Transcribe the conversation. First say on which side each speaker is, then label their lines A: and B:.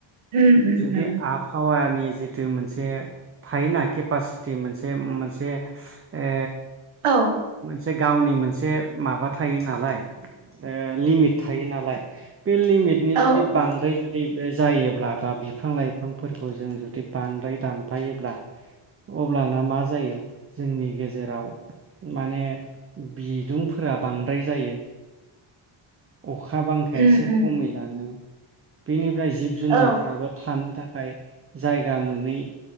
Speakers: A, on the right; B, on the right.
A: उम उम
B: जुदि
A: उम
B: आबहावा नि जिथु मोनसे थायोना केपासिटि मोनसे मोनसे ओ
A: औ
B: से गावनि मोनसे माबा थायो नालाय ओ लिमिट थायो नालाय बे लिमिटनि
A: औ
B: जुदि बांद्राय जु दि जायोब्ला बा बिफां लाइफांफोरखौ जों जुदि बांद्राय दानफायोब्ला अब्लाना मा जायो? जोंनि गेजेराव माने बिदुंफोरा बांद्राय जायो। अखा बांखाया
A: उम
B: एसे
A: उम
B: खमै लाङो बेनिफ्राय जिब जुनारफ्राबो
A: औ
B: थानो थाखाय जायगा मोनै